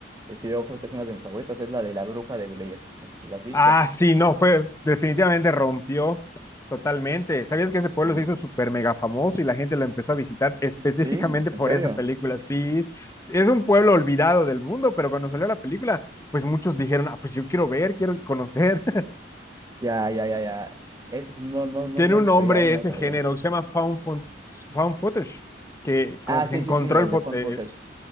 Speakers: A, on the right; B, on the left.
A: que que yo creo que es una de mis favoritas, es la de la bruja de Blair. No sé si la has visto.
B: Ah, sí, no, fue definitivamente rompió totalmente. ¿Sabías que ese
A: Sí,
B: pueblo se hizo súper mega famoso y la gente lo empezó a visitar específicamente
A: sí,
B: por
A: ¿en serio?
B: esa película? Sí, es un pueblo olvidado del mundo, pero cuando salió la película, pues muchos dijeron, ah, pues yo quiero ver, quiero conocer.
A: Ya, ya, ya, ya. Eso sí, no, no, no,
B: Tiene
A: no
B: un
A: lo
B: nombre
A: sabía, ¿eh? No
B: ese
A: lo sabía.
B: género que se llama found, fun- found footage, que como
A: Ah,
B: que
A: sí,
B: se encontró
A: sí, sí, el
B: el fo-
A: de Found
B: eh,
A: Footage.